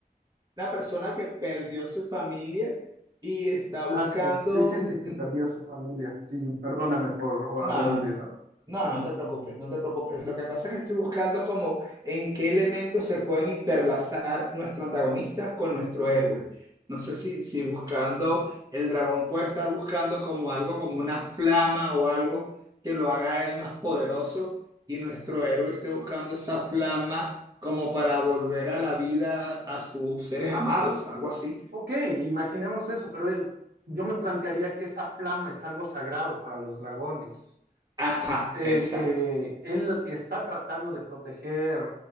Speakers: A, on the right; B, on the right.
A: una persona que perdió su familia y está buscando
B: Ah, sí, sí, sí, sí, que perdió a su familia. Sí, perdóname por
A: No,
B: haber
A: no,
B: olvidado.
A: no. No, no te preocupes, no te preocupes. Lo que pasa es que estoy buscando como en qué elementos se pueden interlazar nuestro antagonista con nuestro héroe. No sé si, si buscando, el dragón puede estar buscando como algo, como una flama o algo que lo haga él más poderoso y nuestro héroe esté buscando esa flama como para volver a la vida a sus seres amados, algo así.
B: Ok, imaginemos eso, pero eh, yo me plantearía que esa flama es algo sagrado para los dragones,
A: Ajá,
B: eh,
A: exacto.
B: que él está tratando de proteger